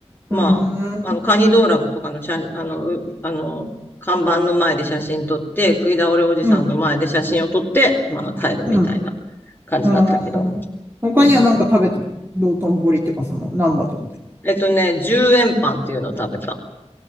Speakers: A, on the left; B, on the right.
A: まあ、
B: うん。
A: あの、カニ道楽とかの写、あの、うあの、看板の前で写真撮って、食い倒れおじさんの前で写真を撮って、
B: うん。
A: まあ帰るみたいな
B: うん。う
A: 感じだったけど。
B: ーん。他には何か食べたの道頓堀っていうか、
A: そうそう。
B: その、難波とかで。
A: えっとね、10円パンっていうのを食べた。